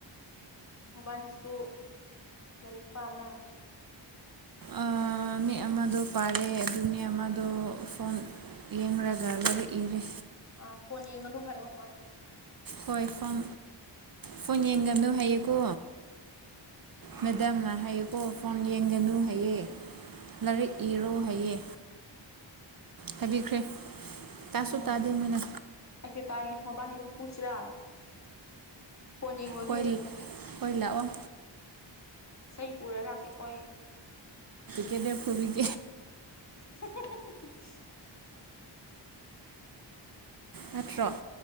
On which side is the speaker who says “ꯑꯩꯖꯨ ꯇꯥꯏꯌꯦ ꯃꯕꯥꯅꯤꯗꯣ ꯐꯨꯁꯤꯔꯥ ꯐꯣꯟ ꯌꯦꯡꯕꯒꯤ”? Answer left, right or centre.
Left